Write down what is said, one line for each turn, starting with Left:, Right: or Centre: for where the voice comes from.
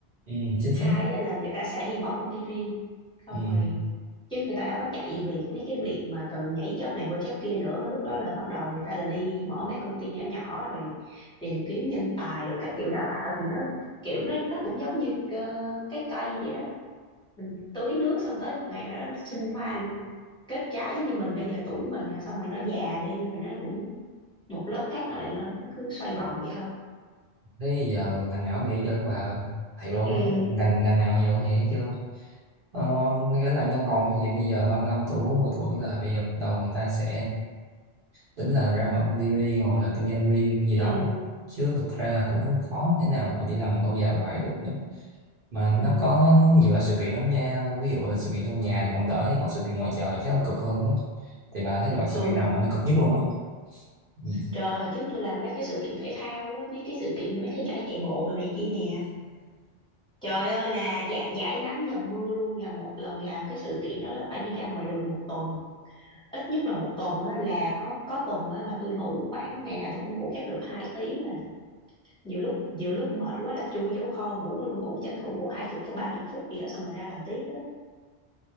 Right: ừ chính
Centre: hai
Right: xác
Centre: á, là người ta sẽ đi mở công ty riêng xong
Right: ừ
Centre: rồi chứ người ta đâu có chạy việc mấy cái việc mà từ nhảy job này qua job kia nữa lúc đó là bắt đầu người ta là đi mở mấy công ty nhỏ nhỏ rồi tìm kiếm nhân tài được các kiểu đào tạo thì nó kiểu nó nó cũng giống như cơ- cái cây vậy đó mình tưới nước xong tới ngày nào đó nó sinh hoa kết trái giống như mình bây giờ tuổi của mình rồi xong rồi nó già đi rồi nó cũng một lớp khác nó lại lên nó cứ xoay vòng vậy thôi
Right: thế giờ ngành nào cũng vậy chứ bà thầy luôn
Centre: ừ
Right: không ngành ngành nào giờ cũng vậy chứ Ờ, ngay cả làm văn phòng thì bây giờ 35 tuổi 40 tuổi là bây giờ bắt đầu người ta sẽ tính là ra mở công ty riêng hoặc là kinh doanh riêng gì
Centre: ừ
Right: đó chứ thực ra là cũng khó thế nào mà đi làm lâu dài hoài được mà nó
Centre: ừ
Right: có nhiều là sự kiện lắm nha ví dụ là sự kiện trong nhà thì còn đỡ chứ còn sự kiện ngoài trời chắc còn cực hơn á thì bà thấy loại sự
Centre: ừ
Right: kiện nào mà nó cực nhất luôn á Ừ.
Centre: trời hồi trước tôi làm mấy cái sự kiện thể thao á mấy cái sự kiện mấy cái giải chạy bộ đồ này kia nè Trời ơi là dạ, giải nắng dầm mưa luôn là một lần làm cái sự kiện đó là phải đi ra ngoài đường một tuần ít nhất là một tuần á, là có có tuần á, mà tôi ngủ khoảng ngày nào tôi cũng ngủ chắc được 2 tiếng à nhiều lúc nhiều lúc mệt quá là chui vô kho ngủ luôn ngủ tranh thủ ngủ hai chục phút ba chục phút gì đó xong rồi ra làm tiếp á